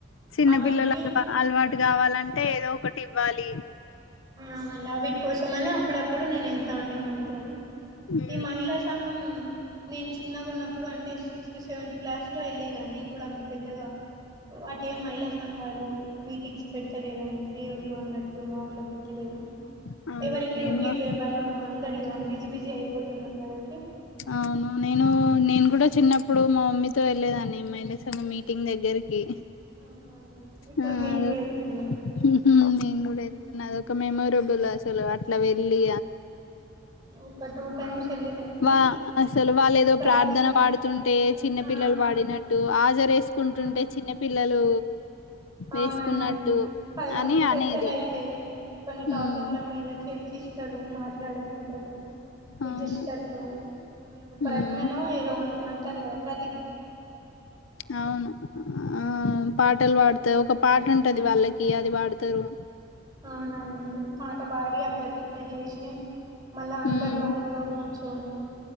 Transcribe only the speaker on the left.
చిన్నపిల్లలకు
అలవాటు గావాలంటే ఏదోక్ కటి ఇవ్వాలి
ఉమ్
అవునా
నేను కూడా
అవునా నేను నేన్గుడా చిన్నప్పుడు మా మమ్మీతో ఎల్లేదాన్ని మహిళ సంఘం మీటింగ్ దగ్ ద్దరికి
ఆ
అదె
ఒక్
ఉమ్ హు నెన్ గూడా ఏదో తున్నదొక మెమొరబుల్ అసలు అట్లా వెళ్ళి
వా అసలు వాళ్ళ ఏదో
ప్రార్థన పాడుతుంట్ అంటే చిన్న
పిల్లలు పాడినట్టు హాజరేసుకుంటుంటే
చిన్న పిల్లలు
వేసుకున్నట్టు
అని
అనేది
ఉమ్
అవును
ఉమ్
అవును ఆ థార్డ్ టల్ పాడుతరు ఒక పాట
ఉంటది వాళ్ళకి అది పాడుతరు
మ్మ్